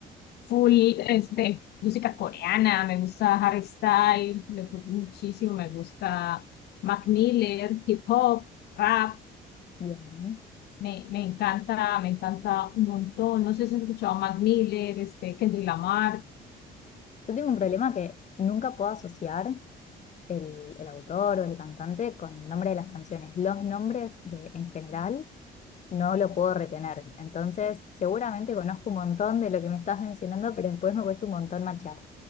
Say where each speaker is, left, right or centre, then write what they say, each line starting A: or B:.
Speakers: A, on the left (about 75°); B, on the left (about 45°).
A: full este, música coreana, me gusta Harry Styles, me gusta muchísimo, me gusta Mac Miller, hip hop, rap,
B: Bien. ¿no?
A: me, me encanta, me encanta un montón. No sé si has escuchado a Mac Miller, este, Kendrick Lamar.
B: Yo tengo un problema que nunca puedo asociar el, el autor o el cantante con el nombre de las canciones. Los nombres de, en general no lo puedo retener. Entonces, seguramente conozco un montón de lo que me estás mencionando, pero después me cuesta un montón machear.